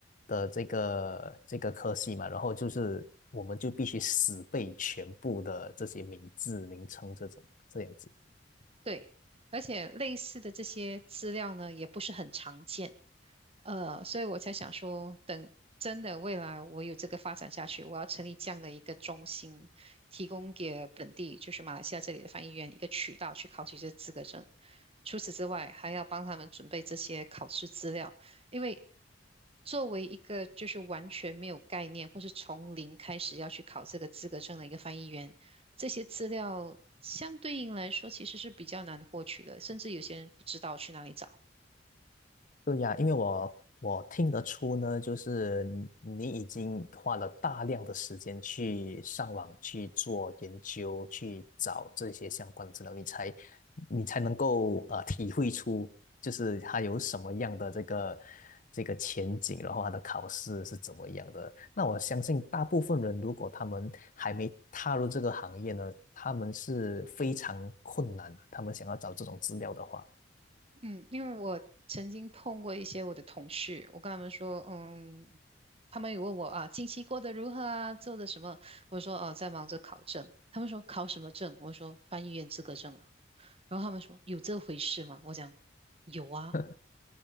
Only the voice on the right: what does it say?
对，而且类似的这些资料呢，也不是很常见，呃，所以我才想说，等真的未来我有这个发展下去，我要成立这样的一个中心，提供给本地就是马来西亚这里的翻译员一个渠道去考取这资格证。除此之外，还要帮他们准备这些考试资料，因为作为一个就是完全没有概念或是从零开始要去考这个资格证的一个翻译员。这些资料相对应来说其实是比较难获取的，甚至有些人不知道去哪里找。
嗯，因为我曾经碰过一些我的同事，我跟他们说，嗯，他们有问我啊，近期过得如何啊，做的什么？我说哦，在忙着考证。他们说考什么证？我说翻译员资格证啊。然后他们说有这回事吗？我讲有啊。